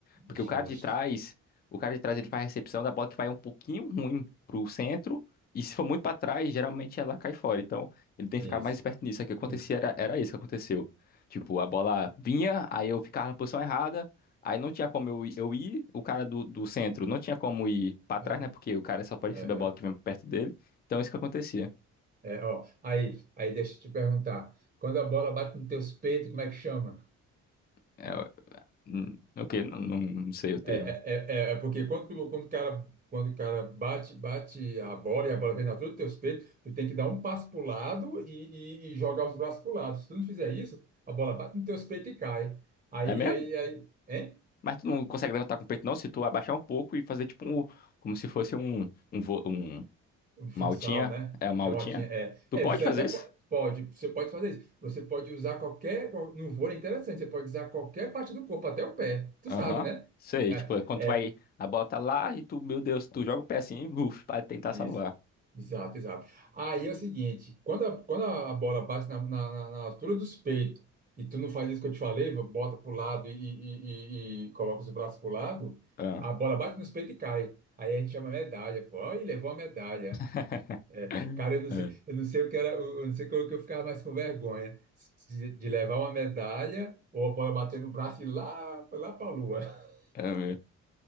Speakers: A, on the left; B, on the right.
A: Porque
B: justo.
A: o cara de trás, o cara de trás ele faz a recepção da bola que vai um pouquinho ruim pro centro. E se for muito para trás, geralmente ela cai fora. Então, ele tem
B: Isso,
A: que ficar mais esperto nisso. É que acontecia,
B: isso.
A: era, era isso que aconteceu. Tipo, a bola vinha, aí eu ficava na posição errada, aí não tinha como eu, ir- eu ir, o cara do, do centro não tinha como ir pra trás,
B: Aí,
A: né? Porque o cara só pode
B: aham.
A: receber a bola que vem perto dele. Então, isso que acontecia.
B: É, ó, aí, aí deixa eu te perguntar. Quando a bola bate nos teus peitos, como é que chama?
A: É, hum, ok, não, não, não sei o termo.
B: É, é, é, é- é porque quando, tu- quando o cara, quando o cara bate, bate a bola e a bola vem na altura dos teus peitos, tu tem que dar um passo pro lado e, e, e jogar os braços pro lado. Se tu não fizer isso, a bola bate nos teus peitos e cai. Aí,
A: É mesmo?
B: aí, aí. hein?
A: Mas tu não consegue levantar com o peito, não? Se tu abaixar um pouco e fazer tipo um. Como se fosse um. Um. vo- um
B: Futsal,
A: uma altinha.
B: né?
A: É uma
B: É
A: altinha?
B: latinha. É,
A: Tu
B: é
A: pode
B: você
A: fazer
B: até po-
A: isso?
B: pode, você pode fazer isso. Você pode usar qualquer. qual- No vôlei é interessante, você pode usar qualquer parte do corpo, até o pé. Tu
A: Aham.
B: sabe, né?
A: Sei,
B: É,
A: tipo, é quando
B: é
A: tu vai, a bola tá lá e tu, meu Deus, tu joga o pé assim, buf, pra tentar
B: isso.
A: salvar.
B: Exato, exato. Aí é o seguinte, quando a, quando a bola bate na, na, na- na altura dos peitos e tu não faz isso que eu te falei, bota pro lado e, e, e, e coloca os braços pro lado,
A: Ah.
B: a bola bate nos peitos e cai. Aí a gente chama medalha, pô. Aí levou a medalha.
A: <laughs>
B: Cara, eu não
A: É,
B: sei, eu não sei o que era, eu não sei o que eu ficava mais com vergonha de, de levar uma medalha ou a bola bater no braço e ir lá, lá pra lua. <laughs>
A: é mesmo.